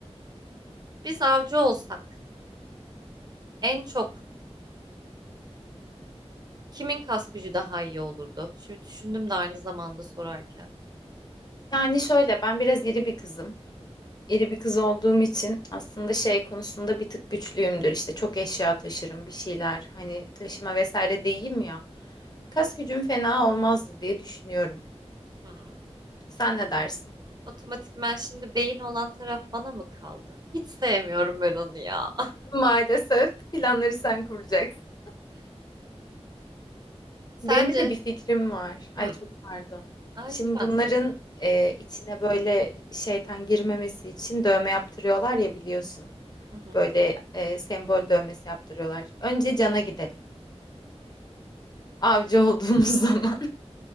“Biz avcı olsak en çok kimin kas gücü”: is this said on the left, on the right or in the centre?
Right